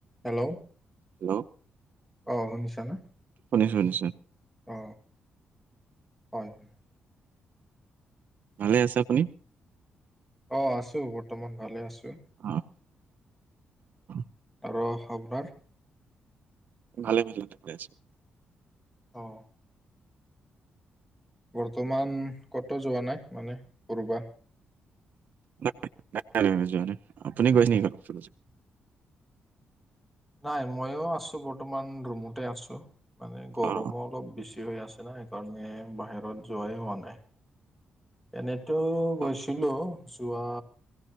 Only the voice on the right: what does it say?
হেল্ল'?
শুনিছোঁ শুনিছোঁ।
ভালে আছে আপুনি?
<unintelligible>
ভালে <unintelligible>
নাই নাই মই যোৱা নাই আপনি গৈছে <unintelligible>
অ
অ